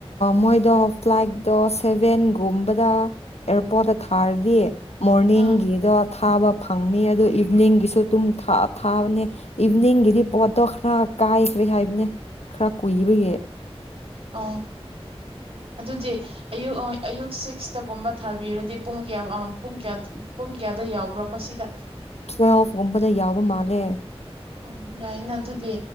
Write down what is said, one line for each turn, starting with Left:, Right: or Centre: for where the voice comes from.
Left: ꯃꯣꯏꯗꯣ ꯐ꯭ꯂꯥꯏꯠꯗꯣ ꯁꯦꯚꯦꯟꯒꯨꯝꯕꯗ ꯑꯦꯌꯥꯔꯄꯣꯔꯠꯇ ꯊꯥꯔꯗꯤ ꯃꯣꯔꯅꯤꯡꯒꯤꯗꯣ
Right: ꯑꯥ
Left: ꯊꯥꯕ ꯐꯪꯅꯤ ꯑꯗꯨ ꯏꯚꯤꯅꯤꯡꯒꯤꯁꯨ ꯑꯗꯨꯝ ꯊꯥ ꯊꯥꯕꯅꯦ ꯏꯚꯤꯅꯤꯡꯒꯤꯗꯤ ꯄꯣꯠꯇꯣ ꯈꯔ ꯀꯥꯏꯈ꯭ꯔꯦ ꯍꯥꯏꯕꯅꯦ ꯈꯔ ꯀꯨꯏꯕꯒꯤ
Right: ꯑ ꯑꯗꯨꯗꯤ ꯑꯌꯨꯛ ꯑ ꯑꯌꯨꯛ ꯁꯤꯛꯁꯇꯒꯨꯝꯕ ꯊꯥꯕꯤꯔꯗꯤ ꯄꯨꯡ ꯀꯌꯥ ꯑ ꯄꯨꯡ ꯀꯌꯥ ꯄꯨꯡ ꯀꯌꯥꯗ ꯌꯥꯎꯕ꯭ꯔꯥꯀꯣ ꯁꯤꯗ
Left: ꯇꯨꯋꯦꯜꯐꯒꯨꯝꯕꯗ ꯌꯥꯎꯕ ꯃꯥꯜꯂꯦ
Right: ꯑꯣ ꯌꯥꯏꯅ ꯑꯗꯨꯗꯤ